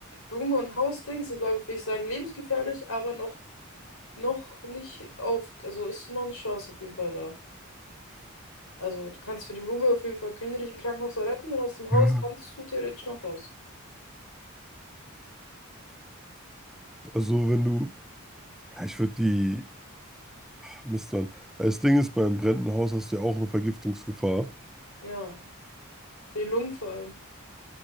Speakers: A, on the left; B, in the centre.
A: Blume und Hausdings sind, glaube ich, würde ich sagen, lebensgefährlich, aber noch, noch nicht auf, also ist noch eine Chance auf jeden Fall da. Also du kannst für die Blume auf jeden Fall, können die dich im Krankenhaus noch retten und aus dem Haus
B: Ja.
A: kannst du theoretisch noch raus.
B: also wenn du, ja, ich würde die, Mist, Mann. Weil Das Ding ist, beim brennenden Haus hast du ja auch eine Vergiftungsgefahr.
A: Ja, für die Lungen vor allem.